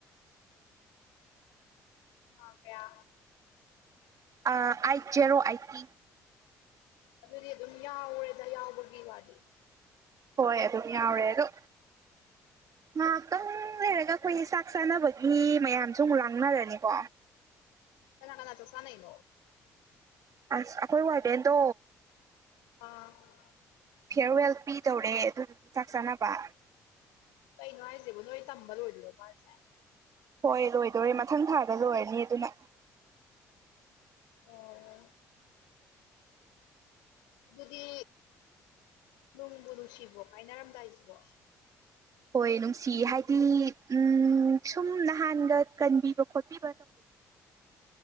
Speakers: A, on the left; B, on the right.
A: ꯑꯥ ꯀꯌꯥ
B: ꯑꯩꯥꯏꯠ ꯖꯦꯔꯣ ꯑꯩꯠꯇ
A: ꯑꯗꯨꯗꯤ ꯑꯗꯨꯝ ꯌꯥꯎꯔꯦꯗ ꯌꯥꯎꯕꯒꯤ ꯋꯥꯗꯤ
B: ꯍꯣꯏ ꯑꯗꯨꯝ ꯌꯥꯎꯔꯦ ꯑꯗꯣ ꯉꯥꯏꯍꯥꯛꯇꯪ ꯂꯩꯔꯒ ꯑꯩꯈꯣꯏ ꯆꯥꯛ ꯆꯥꯅꯕꯒꯤ ꯃꯌꯥꯝꯁꯨ ꯑꯃꯨꯛ ꯂꯥꯡꯅꯔꯅꯤꯀꯣ
A: ꯀꯅꯥ ꯀꯅꯥ ꯆꯥꯛꯆꯥꯅꯩꯅꯣ
B: ꯑꯁ ꯑꯩꯈꯣꯏ ꯋꯥꯔꯗꯦꯟꯗꯣ
A: ꯑꯥ
B: ꯐꯤꯌꯥꯔꯋꯦꯜ ꯄꯤꯗꯧꯔꯦ ꯑꯗꯨꯗꯨꯒꯤ ꯆꯥꯛ ꯆꯥꯅꯕ
A: ꯀꯩꯅꯣ ꯍꯥꯏꯁꯦꯕ ꯅꯣꯏ ꯇꯝꯕ ꯂꯣꯏꯗꯣꯏꯣ ꯃꯥꯁꯦ
B: ꯍꯣꯏ ꯂꯣꯏꯗꯧꯔꯦ ꯃꯊꯪ ꯊꯥꯗ ꯂꯣꯏꯔꯅꯤ ꯑꯗꯨꯅ
A: ꯑꯣ ꯑꯗꯨꯗꯤ ꯅꯨꯡꯕꯨ ꯅꯨꯡꯁꯤꯕꯣ ꯀꯥꯏꯅꯔꯝꯗꯥꯏꯁꯤꯕꯣ
B: ꯍꯣꯏ ꯅꯨꯡꯁꯤ ꯍꯥꯏꯗꯤ ꯎꯝ ꯁꯨꯝ ꯅꯍꯥꯟꯒ ꯀꯟꯕꯤꯕ ꯈꯣꯠꯄꯤꯕꯗꯧ